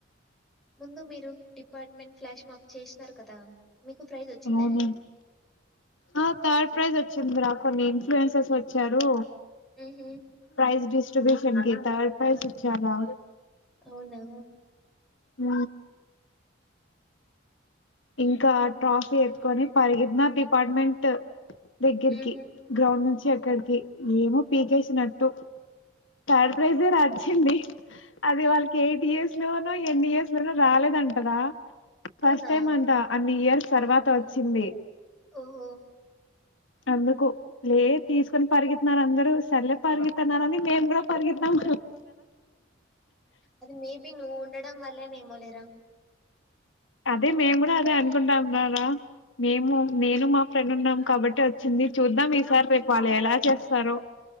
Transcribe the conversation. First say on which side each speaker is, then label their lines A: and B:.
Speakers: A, in the centre; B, on the left.
A: ముందు మీరు డిపార్ట్మెంట్ ఫ్లాష్ మాకు చేస్నారు కదా. మీకు ప్రైజ్ వచ్చిందా?
B: అవును ఆ థర్డ్ ప్రైజ్ వచ్చింది రా. కొన్ని ఇన్ఫ్లుయెన్సెస్ వచ్చారు.
A: ఊహూ.
B: ప్రైజ్ డిస్ బ్యూషన్ కి తార్డ్ పైస్ ఇచ్చారా
A: అవునా
B: ఉ ఇంకా
A: హ్మ్.
B: ట్రాఫీ ఎత్కొని పరిగిత్నా డిపార్ట్మెంట్ దగ్గరికి,
A: హుహు.
B: గ్రౌండ్ నుంచి అక్కడికి ఏమో పీకేసినట్టు, థార్డ్ ప్రైజే రాచ్చింది, అది వాళ్ళకి ఎయిట్ ఇయర్స్ లోనొ, ఎన్ని ఇయర్స్ లోనొ రాలేదంటరా ఫస్
A: అవునా?
B: టెం అంటా అన్ని ఇయర్స్ తర్వాత వచ్చింది.
A: ఓహో
B: అందుకు లే తీస్ కని పరుగిత్నారు అందరూ సర్లే పరుగిత్తన్నారని, మేము కూడా పర్ఇత్తాం
A: అది మేబి నువ్వు ఉండడం వల్లే నేమో లేరా
B: అదే మేము కూడా అదే అనుకుంటాంరారా, మేము నేను మా ఫ్రెండ్ ఉన్నాం కాబట్టి వచ్చింది, చూద్దాం ఈసారి రేపు వాళ్ళు ఎలా చేస్సారొ